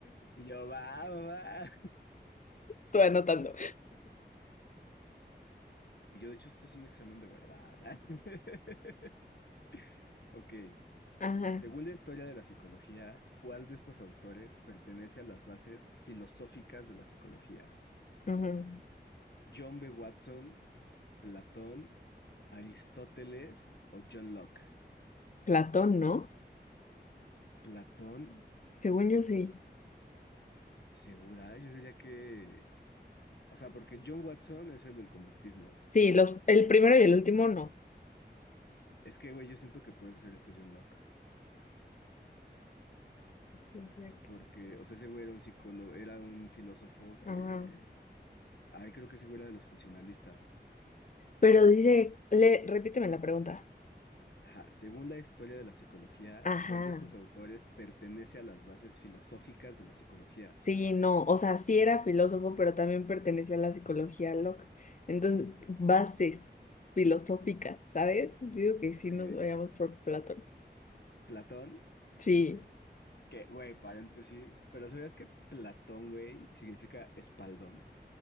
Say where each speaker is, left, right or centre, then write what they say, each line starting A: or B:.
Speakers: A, on the left; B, on the left.
A: Y yo, va, va. va".
B: <laughs> tú anotando.
A: Y yo, de hecho, este es un examen de verdad. <laughs> Ok.
B: Ajá,
A: Según la historia de la psicología, ¿cuál de estos autores pertenece a las bases filosóficas de la psicología?
B: ujú.
A: ¿John B. Watson, Platón, Aristóteles o John Locke?
B: Platón, ¿no?
A: Platón,
B: Según yo sí.
A: segura, yo diría que... O sea, porque John Watson es el del conductismo.
B: Sí, los, el primero y el último no.
A: Es que, güey, yo siento que puede ser este John Locke.
B: Es cierto.
A: Porque, o sea, ese güey era un psicólogo, era un filósofo que.
B: Ajá.
A: Ay, creo que ese güey era de los funcionalistas.
B: Pero dice, le, repíteme la pregunta.
A: Ajá, según la historia de la psicología,
B: Ajá.
A: ¿cuál de estos autores pertenece a las bases filosóficas de la psicología?
B: Sí, no, o sea, sí era filósofo, pero también perteneció a la psicología loca. Entonces, bases filosóficas, ¿sabes? Yo digo que sí
A: Ok,
B: nos vayamos por Platón.
A: Platón,
B: Sí.
A: que, güey, paréntesis, pero ¿sabías que Platón, güey, significa espaldón?